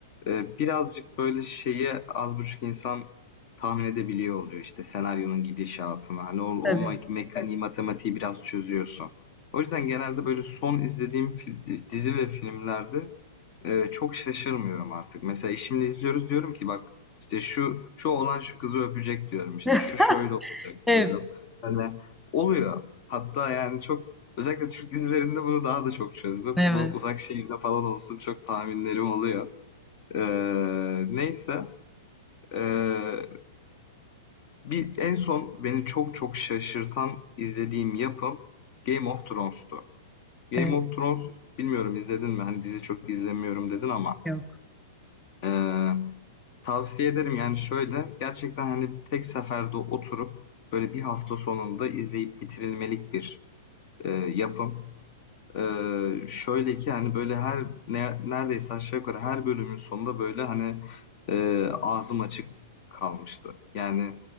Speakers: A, on the left; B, in the centre.
A: e, birazcık böyle şeyi az buçuk insan tahmin edebiliyor oluyor. İşte senaryonun gidişatını, hani o, o
B: Tabii.
A: me- mekaniği, Evet. matematiği biraz çözüyorsun. O yüzden genelde böyle son izlediğim fil- dizi ve filmlerde Eee, çok şaşırmıyorum artık. Mesela eşimle izliyoruz diyorum ki bak işte şu şu oğlan şu kızı öpecek diyorum. İşte
B: <laughs>
A: şu şöyle olacak
B: Evet,
A: diyorum. Hani oluyor. Hatta yani çok özellikle Türk dizilerinde bunu daha da çok çözdüm.
B: evet,
A: Bu uzak şehirde falan olsun çok tahminlerim oluyor. Eee, neyse. Eee, bir en son beni çok çok şaşırtan izlediğim yapım Game of Thrones'tu. Game
B: evet,
A: of Thrones bilmiyorum izledin mi? Hani dizi çok izlemiyorum dedin ama.
B: yok.
A: Ee, Tavsiye ederim. Yani şöyle, gerçekten hani tek seferde oturup böyle bir hafta sonunda izleyip bitirilmelik bir e, yapım. E, şöyle ki hani böyle her ne, neredeyse aşağı yukarı her bölümün sonunda böyle hani e, ağzım açık kalmıştı. Yani